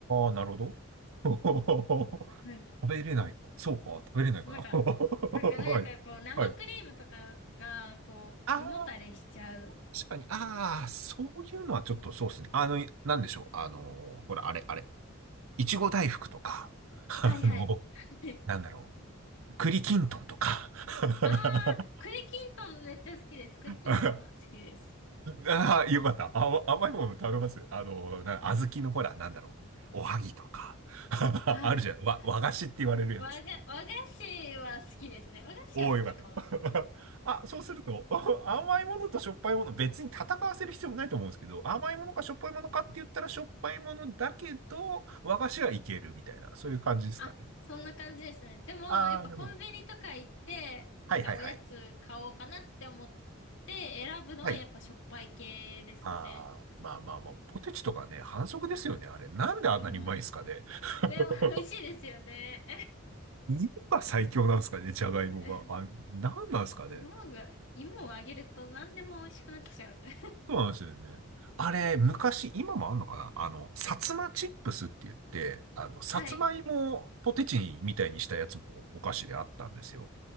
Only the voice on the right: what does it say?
ー、なるほど。<laughs>
食べれないか。そうか、食べれないかな。
<laughs> はい。
はい。
ああ、
確かに。ああ、そういうのはちょっとそうですね。あの、なんでしょう。あのほら、あれ、あれ。いちご大福とか、<laughs> あの、
なんだろう。栗きんとんとか。<laughs>
<laughs> ああー、よかった。あ、甘いもの食べますあの、な、小豆のほら、なんだろう。おはぎとか。<laughs>
あるじゃん。わ、和菓子って言われるやつ。
おお、よかった。<laughs> あ、そうすると、<laughs> 甘いものとしょっぱいもの、別に戦わせる必要もないと思うんですけど、甘いものかしょっぱいものかって言ったらしょっぱいものだけど、和菓子はいけるみたいな、そういう感じですかね。
ああ、
なるほど。
はいはいはい。はい。ああ、まあまあまあ、ポテチとかね、反則ですよね、あれ。なんであんなにうまいんすかね。
<laughs>
芋が最強なんですかね、じゃがいもが。
あ、なんなんですかね。
そうなんですよね。あれ、昔、今もあんのかなあの、薩摩チップスって言って、あの、さつまいもをポテチにみたいにしたやつもお菓子であったんですよ。